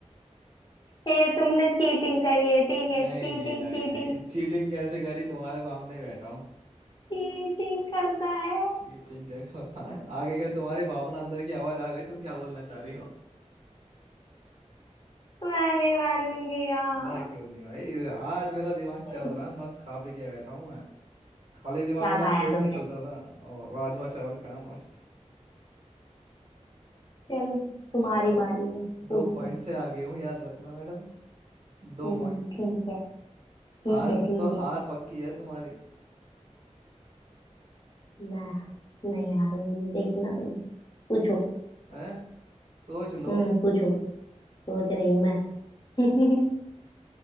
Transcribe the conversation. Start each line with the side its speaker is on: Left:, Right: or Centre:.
Left: ये तुमने चीटिंग करी है ठीक है
Right: नहीं
Left: चीटिंग
Right: जी नहीं
Left: चीटिंग
Right: नहीं चीटिंग कैसे करी तुम्हारे सामने ही बैठा हूँ
Left: चीटिंग करता है
Right: चीटिंग क्या करता है आगे क्या तुम्हारी भावना अंदर की आवाज आ गई तुम क्या बोलना चाह रही हो
Left: मैं नहीं मानूंगी यार
Right: ना क्यों नहीं भाई आज मेरा दिमाग
Left: क्या
Right: चल रहा है मस्त खा पी के बैठा हूँ मैं खाली दिमाग
Left: खाया
Right: मेरा पेट
Left: तुमने
Right: नहीं चलता था और राजमा चावल खाया मस्त
Left: चलो तुम्हारी
Right: चलो
Left: बारी है
Right: दो
Left: पूछो
Right: पॉइंट से आगे हूँ याद रखना मैडम दो
Left: हम्म
Right: पॉइंट से
Left: ठीक है ठीक
Right: आज
Left: है ठीक
Right: तो
Left: है
Right: हार पक्की है तुम्हारी
Left: मैं नहीं हारूंगी देखना तुम पूछो
Right: है सोच लो
Left: हम्म पूछो पूछो सोच रही हूँ मैं <laughs>